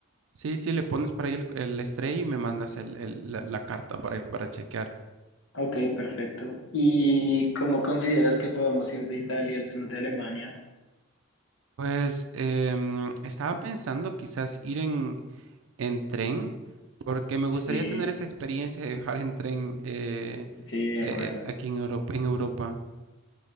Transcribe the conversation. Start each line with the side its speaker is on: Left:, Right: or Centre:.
Right: Sí, sí, le pones para ahí el, el estrella y me mandas el- el- la, la carta para, ahí para chequear.
Left: Ok, perfecto. ¿Y cómo consideras que podemos ir de Italia al sur de Alemania?
Right: Pues em, estaba pensando quizás ir en, en tren, porque me gustaría
Left: Sí,
Right: tener esa experiencia de viajar en tren eh,
Left: sí, de
Right: eh,
Left: acuerdo.
Right: aquí en Europa, en Europa.